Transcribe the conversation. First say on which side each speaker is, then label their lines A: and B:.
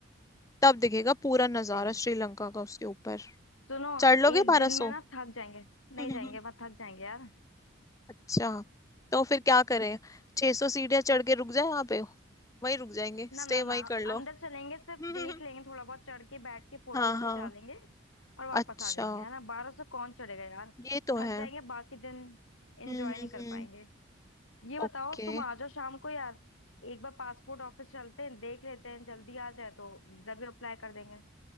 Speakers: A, on the left (about 15°); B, on the left (about 85°).
A: तब दिखेगा पूरा नजारा
B: ओ तेरी
A: श्रीलंका का उसके ऊपर
B: सुनो
A: चढ़ लोगे
B: एक
A: बारह
B: दिन में
A: सौ
B: ना थक जाएंगे नहीं
A: <laughs>
B: जाएंगे वहां थक जाएंगे यार
A: अच्छा तो फिर क्या करें 600 सौ सीढ़ियाँ चढ़ के रुक जाए वहां पे वहीं रुक जाएंगे
B: ना ना
A: स्टे
B: ना
A: वहीं कर
B: अंदर
A: लो
B: चलेंगे सिर्फ
A: <laughs>
B: देख लेंगे थोड़ा बहुत चढ़ के बैठ के फोटोज
A: हाँ हाँ
B: खिंचा लेंगे और वापस
A: अच्छा
B: आ जाएंगे है ना बारह सौ कौन चढ़ेगा यार
A: ये तो है
B: थक जाएंगे बाकी दिन एंजॉय
A: हम्म
B: नहीं
A: हम्म
B: कर
A: हम्म
B: पाएंगे ये बताओ
A: ओके
B: तुम आ जाओ शाम को यार एक बार पासपोर्ट ऑफिस चलते हैं देख लेते हैं जल्दी आ जाए तो वीजा भी अप्लाई कर देंगे